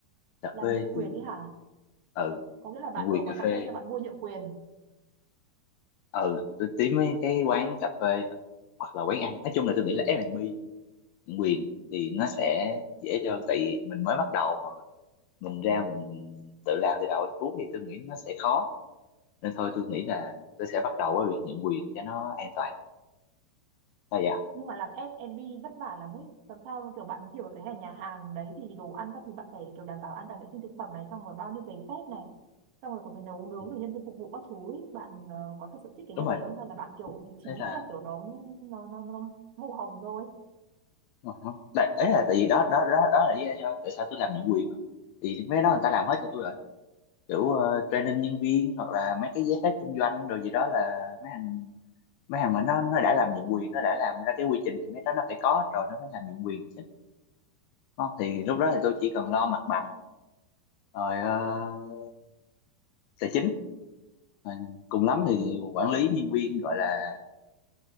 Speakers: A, on the left (about 75°); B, on the right (about 80°).
A: cà
B: làm
A: phê
B: nhượng quyền
A: thì
B: đi hả?
A: ừ
B: Có nghĩa là bạn
A: nhượng quyền
B: mở quán
A: cà
B: cà
A: phê
B: phê xong bạn mua nhượng quyền.
A: ừ tôi tìm mấy cái quán cà phê hoặc là quán ăn nói chung là tôi nghĩ là F&B quyền thì nó sẽ dễ hơn tại vì mình mới bắt đầu mà mình ra mình tự làm từ đầu đến cuối thì tôi nghĩ nó sẽ khó nên thôi tôi nghĩ là tôi sẽ bắt đầu với việc nhận quyền cho nó an toàn là dạ
B: Nhưng mà làm F&B vất vả lắm ấy. Làm sao kiểu bạn hiểu được cái ngành nhà hàng đấy thì đồ ăn các thứ bạn phải kiểu đảm bảo an toàn vệ sinh thực phẩm này. Xong rồi bao nhiêu giấy phép này. Xong rồi còn phải nấu nướng
A: ừ.
B: rồi nhân viên phục vụ các thứ ấy. Bạn ờ, có thật sự thích cái
A: đúng
B: ngành
A: rồi
B: đấy không? Hay là bạn kiểu chỉ
A: đấy
B: nghĩ
A: là
B: là kiểu đó nó, nó, nó màu hồng thôi?
A: đúng rồi, không tại ấy là tại vì đó đó đó đó là lý do tại sao tôi làm nhận quyền đó. thì mấy cái đó người ta làm hết cho tôi rồi kiểu ờ, training nhân viên hoặc là mấy cái giấy phép kinh doanh rồi gì đó là mấy thằng mấy thằng mà nó nó đã làm nhận quyền nó đã làm ra cái quy trình thì mấy đó nó phải có rồi nó mới làm nhận quyền Không, thì lúc đó thì tôi chỉ cần lo mặt bằng rồi ờ, tài chính rồi cùng lắm thì quản lý nhân viên gọi là